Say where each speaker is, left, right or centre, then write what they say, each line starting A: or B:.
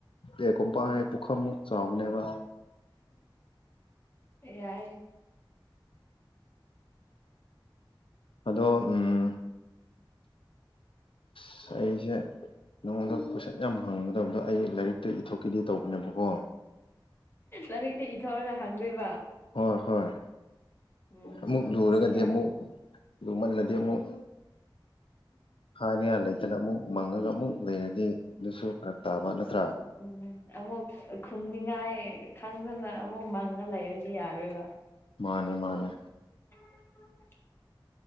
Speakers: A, on the left; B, on the left.
A: ꯑꯦ ꯀꯣꯨꯝꯄꯥ ꯍꯦ ꯄꯨꯈꯥ ꯑꯃꯨꯛ ꯆꯥꯎꯕꯅꯦꯕ
B: ꯌꯥꯏ
A: ꯑꯗꯣ ꯎꯝ ꯑꯁ ꯑꯩꯁꯦ ꯅꯉꯣꯟꯗ ꯀꯣꯏꯁꯛ ꯌꯥꯝ ꯍꯪꯒꯗ ꯑꯗꯨꯗꯣ ꯑꯩ ꯂꯥꯏꯔꯤꯛꯇ ꯏꯊꯣꯛꯈꯤꯗꯦ ꯇꯧꯕꯅꯦꯕꯀꯣ
B: ꯂꯥꯏꯔꯤꯛꯇ ꯏꯊꯧꯔꯒ ꯍꯥꯡꯗꯣꯏꯕ
A: ꯍꯣꯏ ꯍꯣꯏ
B: ꯎꯝ
A: ꯑꯃꯨꯛ
B: ꯑꯗꯨꯁꯨ
A: ꯂꯨꯔꯒꯗꯤ
B: ꯌꯥꯏ
A: ꯑꯃꯨꯛ ꯂꯨꯝꯃꯜꯂꯗꯤ ꯑꯃꯨꯛ ꯍꯥꯏꯅꯤꯉꯥꯟ ꯂꯩꯇꯅ ꯑꯃꯨꯛ ꯃꯪꯉꯒ ꯑꯃꯨꯛ ꯂꯩꯔꯗꯤ ꯑꯗꯨꯁꯨ ꯐꯔꯛ ꯇꯥꯕ ꯅꯠꯇ꯭ꯔꯥ
B: ꯎꯝ ꯑꯃꯨꯛ ꯈꯨꯝꯅꯤꯡꯉꯥꯏ ꯈꯪꯗꯅ ꯑꯃꯨꯛ ꯃꯪꯉ ꯂꯩꯔꯗꯤ ꯌꯥꯔꯣꯏꯕ
A: ꯃꯥꯅꯦ ꯃꯥꯅꯦ
B: <inaudible>